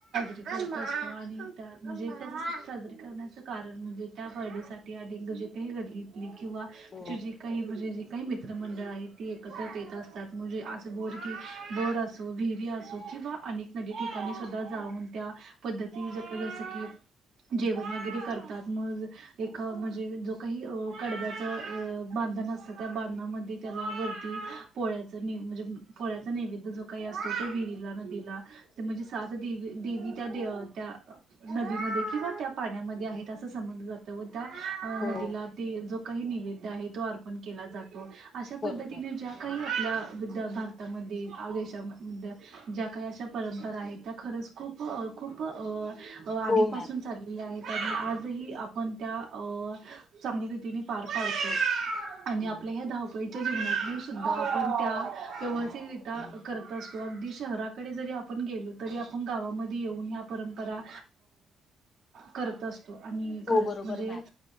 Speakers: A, on the right; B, on the left.
A: ती परंपरा साजरी करत म्हणजे त्या म्हणजे साजरी करण्या, त्याच कारण म्हणजे त्या बडीसाठी अलीग जे काही गळली. किंवा
B: हो
A: ती जी काही म्हणजे जी काही मित्रमंडळ आहे ती एकत्र येत असतात. म्हणजे अस बोर की बोर असो विहिरी असो किंवा अनेक नदी ठिकाणीसुद्धा जाऊन त्या, पद्धती जसं जसं की, जेवण वगैरे करतात मग एका म्हणजे जो काही कडव्याचं बांधण असतं त्या बांधणामध्ये त्याला वरती पोळ्याचं नि म्हणजे. पोळ्याचा नैवेद्य जो काही असतो तो विहिरीला नदीला. ते म्हणजे सात देवी देवी त्या त्या. नदीमध्ये किंवा त्या पाण्यामध्ये आहेत असं समजल त्या
B: हो
A: नदीला ते जो काही निवेद्य आहे तो अर्पण केला जातो. अशा
B: बरोबर
A: पद्धतीने ज्या काही आपल्या भारतामध्ये देशा ज्या काही अशा परंपरा आहेत, त्या खरंच खूप खूप अ, अ आधीपासून
B: हो मॅम
A: चालली आहेत आणि आजही आपण त्या अ, चांगली रीतीने पार पाडतो. आणि आपल्या ह्या धावपळीच्या जीवनातून सुद्धा आपण त्या व्यवस्थित करत असतो. अगदी शहराकडे जरी आपण गेलो तरी आपण गावामध्ये येऊन, परंपरा करत असतो आणि खरंच
B: हो बरोबर
A: म्हणजे,
B: मॅम